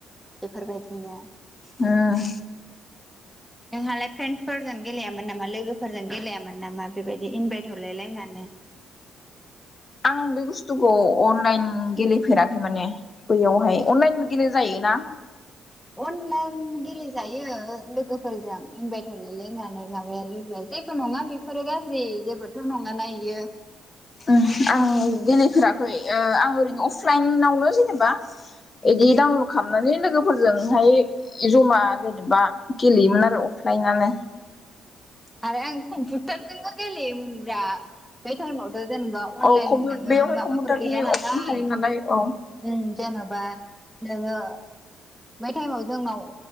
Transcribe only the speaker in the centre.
बेफोरबायदिनो
नों हालाय फ्रेन फोरजों गेलेयामोन नामा लोगोफोरजों गेलेयामोन नामा बेबायदि इनभाइट हरलाय लायनानै
अनलाइन गेले जायो लोगोफोरजों इनभाइट हरलायलायनानै माबाया लुदुआ जेबो नङा बेफोरो गाज्रि जेबोथ' नङाना बियो
उम
आरो आं कम्पिउटारजोंनो गेलेयोमोनब्रा आ बे टाइमाव जेनेबा अनलाइन
नोङो
माबाफोर
गैया नालाय
ओं जेनबा नङो बेै टाइमाव जोंनाव